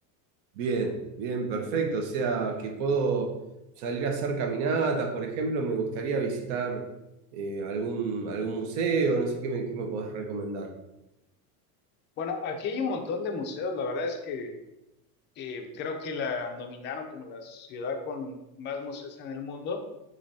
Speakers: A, on the right (about 70°); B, on the left (about 25°).
A: Bien, bien, perfecto. O sea, que puedo salir a hacer caminatas, por ejemplo, me gustaría visitar eh, algún, algún museo, no sé qué me, qué me podés recomendar.
B: Bueno, aquí hay un montón de museos, la verdad es que eh, creo que la nominaron como la ciudad con más museos en el mundo